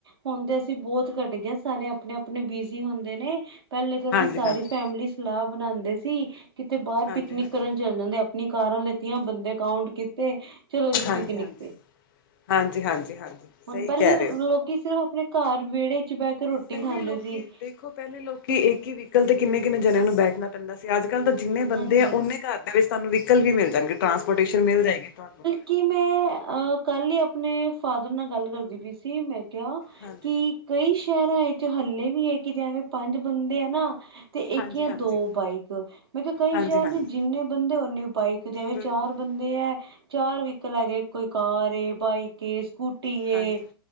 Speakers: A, on the right; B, on the left.
A: ਹੁਣ ਤੇ ਅਸੀਂ ਬਹੁਤ ਕੱਟ ਗਏ ਸਾਰੇ ਆਪਣੇ- ਆਪਣੇ ਬਿਜੀ ਹੁੰਦੇ ਨੇ। ਪਹਿਲੇ ਤਾਂ ਅਸੀਂ
B: ਹਾਂਜੀ
A: ਸਾਰੀ
B: ਹਾਂਜੀ
A: ਫੈਮਿਲੀ ਸਲਾਹ ਬਣਾਉਂਦੇ ਸੀ, ਕਿਤੇ ਬਾਹਰ
B: ਹਾਂਜੀ
A: ਪਿਕਨਿਕ
B: ਹਾਂਜੀ ਹਾਂਜੀ
A: ਕਰਨ ਚੱਲ ਜਾਂਦੇ ਆਪਣੀ ਕਾਰਾਂ ਲਿੱਤੀਆਂ, ਬੰਦੇ ਕਾਉਂਟ ਕੀਤੇ ਚਲੋ ਜੀ
B: ਹਾਂਜੀ
A: ਪਿਕਨਿਕ ਤੇ,
B: ਹਾਂਜੀ ਹਾਂਜੀ ਹਾਂਜੀ
A: ਹੁਣ
B: ਸਹੀ
A: ਪਹਿਲੇ
B: ਕਹਿ ਰਹੇ ਹੋ।
A: ਲੋਕੀ ਸਿਰਫ ਆਪਣੇ ਘਰ ਵਿਹੜੇ ਚ ਬਹਿ ਕੇ ਰੋਟੀ
B: ਪਹਿਲੇ
A: ਖਾਂਦੇ
B: ਲੋਕੀ
A: ਸੀ
B: ਦੇਖੋ ਪਹਿਲੇ ਲੋਕੀ, ਇੱਕ ਹੀ ਵਹੀਕਲ ਤੇ ਕਿੰਨੇੰ ਕਿੰਨੇ ਜਣਿਆਂ ਨੂੰ ਬੈਠਣਾ ਪੈਂਦਾ ਸੀ, ਅੱਜ ਕੱਲ੍ਹ ਤਾਂ ਜਿੰਨੇ ਬੰਦੇ
A: ਹਾਂਜੀ
B: ਆ ਓਨੇ ਘਰ ਵਿੱਚ ਤੁਹਾਨੂੰ ਵੀਹੀਕਲ ਵੀ ਮਿਲ ਜਾਣਗੇ, ਟਰਾਂਸਪੋਰਟੇਸ਼ਨ ਮਿਲ ਜਾਏਗੀ ਤੁਹਾਨੂੰ।
A: ਕੀ ਮੈਂ, ਅ ਕੱਲ ਹੀ ਆਪਣੇ ਫਾਦਰ ਨਾਲ ਗੱਲ ਕਰਦੀ ਪਈ ਸੀ, ਮੈਂ ਕੇਹਾ,
B: ਹਾਂਜੀ
A: ਕੀ ਕਈ ਸ਼ਹਿਰਾਂ ਵਿੱਚ ਹੱਲੇ ਵੀ ਹੈ, ਕਿ ਜਿਵੇਂ ਪੰਜ ਬੰਦੇ ਆ ਨਾ ਤੇ
B: ਹਾਂਜੀ
A: ਇੱਕ ਜਾਂ
B: ਹਾਂਜੀ
A: ਦੋ ਬਾਈਕ, ਮੈਂ ਕਿਹਾ ਕਈ
B: ਹਾਂਜੀ
A: ਸ਼ਹਿਰ
B: ਹਾਂਜੀ
A: ਨੇ ਜਿੰਨੇ ਬੰਦੇ ਨੀ ਬਾਈਕ ਤੇ
B: ਬਿਲਕੁਲ
A: ਚਾਰ
B: ਬਿਲਕੁਲ
A: ਬੰਦੇ ਹੈ, ਚਾਰ ਵਹਿਕਲ ਹੈਗੇ, ਕੋਈ ਕਾਰ ਏ, ਬਾਈਕ ਕੇ ਸਕੂਟੀ ਐ,
B: ਹਾਂਜੀ